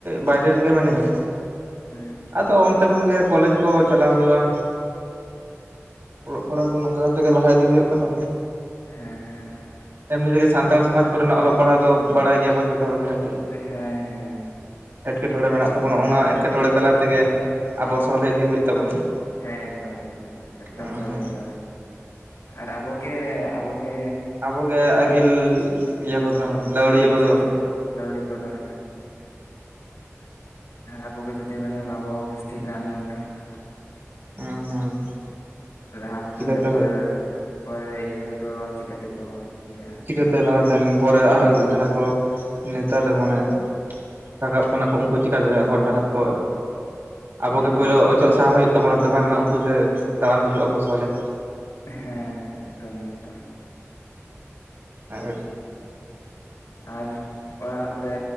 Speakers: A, on the right; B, on the left.
A: ᱵᱟᱭᱨᱮ ᱨᱮᱜᱮ ᱢᱤᱱᱟᱹᱧᱟ᱾
B: ᱦᱩᱸ᱾
A: ᱟᱫᱚ ᱚᱱᱛᱮ ᱠᱷᱚᱱ ᱜᱮ ᱠᱚᱞᱮᱡᱽ ᱠᱚ ᱪᱟᱞᱟᱣ ᱦᱩᱭᱩᱜᱼᱟ, ᱚᱞᱚᱜ ᱯᱟᱲᱦᱟᱜ ᱠᱚ ᱱᱚᱝᱠᱟ ᱠᱟᱛᱮᱜ ᱜᱮ ᱞᱟᱦᱟ ᱤᱫᱤ ᱦᱩᱭᱩᱜ ᱠᱟᱱᱟ᱾
B: ᱦᱮᱸ ᱦᱮᱸ ᱦᱮᱸ᱾
A: ᱮᱢᱱᱤ ᱛᱮᱜᱮ ᱥᱟᱱᱛᱟᱲ ᱥᱚᱢᱟᱡ ᱠᱚ ᱨᱮᱱᱟᱜ ᱚᱞᱚᱜ ᱯᱟᱲᱦᱟᱣ ᱫᱚ ᱵᱟᱲᱟᱭ ᱜᱮᱭᱟ ᱵᱚᱱ ᱡᱷᱚᱛᱚ ᱦᱚᱲ ᱜᱮ ᱠᱟᱹᱴᱤᱡ,
B: ᱦᱮᱸ ᱦᱮᱸ᱾
A: ᱮᱴᱠᱮᱴᱚᱬᱮ ᱢᱮᱱᱟᱜ ᱛᱟᱵᱚᱱᱟ ᱚᱱᱟ ᱮᱴᱠᱮᱴᱚᱬᱮ ᱛᱟᱞᱟ ᱛᱮᱜᱮ, ᱟᱵᱚ ᱥᱚᱞᱦᱮ ᱤᱫᱤ ᱦᱩᱭᱩᱜ ᱛᱟᱵᱚᱱᱟ᱾
B: ᱦᱮᱸ ᱮᱠᱫᱚᱢ ᱮᱠᱫᱚᱢ, ᱮᱠᱫᱚᱢ
A: ᱦᱩᱸ
B: ᱥᱚᱦᱞᱮ
A: ᱦᱩᱸ
B: ᱦᱩᱭᱩᱜᱼᱟ᱾ ᱟᱨ ᱟᱵᱚ ᱜᱮ ᱟᱵᱚ ᱜᱮ
A: ᱟᱵᱚ ᱜᱮ ᱟᱹᱜᱤᱞ ᱤᱭᱟᱹ ᱠᱚᱫᱚ ᱞᱟᱹᱣᱲᱤᱭᱟᱹ
B: ᱯᱷᱤᱭᱩᱪᱟᱨ
A: ᱠᱚᱫᱚ᱾
B: ᱞᱟᱹᱣᱲᱤ ᱠᱚᱫᱚ ᱦᱮᱸ ᱾ ᱟᱵᱚ ᱜᱮ ᱡᱩᱫᱤ ᱢᱟᱱᱮ ᱵᱟᱵᱚ ᱵᱮᱥ ᱴᱷᱤᱠ ᱜᱟᱱᱟ, ᱮᱱᱠᱷᱟᱱ ᱫᱚ
A: ᱩᱸ ᱦᱩᱸ᱾
B: ᱞᱟᱦᱟ
A: ᱪᱤᱠᱟᱹᱛᱮ
B: ᱢᱟᱱᱮ ᱯᱚᱨᱮᱨ ᱯᱚᱨᱮ ᱤᱭᱟᱹ ᱨᱮᱫᱚ ᱪᱤᱠᱟᱹ ᱛᱮᱠᱚ ᱤᱭᱟᱹᱜᱼᱟ
A: ᱪᱤᱠᱟᱹᱛᱮ ᱞᱟᱦᱟ ᱛᱮᱢ ᱯᱚᱨᱮ ᱟᱨᱦᱚᱸ
B: ᱦᱩᱸ
A: ᱡᱟᱦᱟᱸᱭ ᱠᱚ ᱱᱮᱛᱟᱨ ᱨᱮ ᱢᱟᱱᱮ ᱨᱟᱠᱟᱵ ᱠᱟᱱᱟ ᱩᱝᱠᱩ ᱪᱤᱠᱟᱹᱛᱮ ᱦᱚᱨ ᱰᱟᱦᱟᱨ ᱠᱚ ᱟᱵᱚᱜᱮ
B: ᱮᱠᱫᱚᱢ
A: ᱯᱳᱭᱞᱳ ᱚᱪᱚᱜ ᱥᱟᱦᱟᱭ ᱛᱟᱵᱚᱱᱟ ᱛᱚᱵᱮ ᱱᱟ ᱩᱝᱠᱩ ᱥᱮᱫ ᱛᱟᱲᱟᱢ ᱦᱤᱡᱩᱜ ᱟᱠᱚ ᱥᱚᱦᱞᱮ ᱛᱮ᱾
B: ᱦᱮᱸ ᱦᱮᱸ ᱮᱠᱫᱚᱢ ᱮᱠᱫᱚᱢ᱾
A: ᱟᱨ
B: ᱟᱨ ᱚᱲᱟᱜ ᱠᱚᱨᱮ